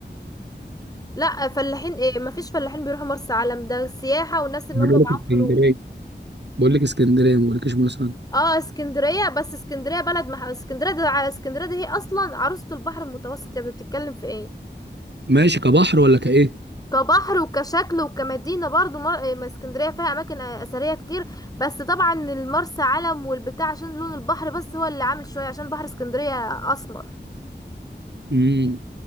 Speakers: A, on the left; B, on the right.
A: لا فلاحين ايه مفيش فلاحين بيروحوا مرسى علم ده سياحة والناس اللي
B: أنا
A: هم
B: بقول
A: معاهم
B: لك اسكندريه
A: فلوس
B: بقول لك اسكندريه ما بقولكش مرسى علم
A: اه اسكندرية بس اسكندرية بلد مح... اسكندرية ده ع- اسكندرية دي هي اصلا عروسة البحر المتوسط يعني بتتكلم في ايه
B: ماشي كبحر ولا كايه
A: كبحر وكشكل وكمدينة برضو مر... إيه، ما اسكندرية فيها أماكن آه، أثرية كتير بس طبعا المرسى علم والبتاع عشان لون البحر بس هو اللي عامل شوية عشان بحر اسكندرية أسمر
B: امم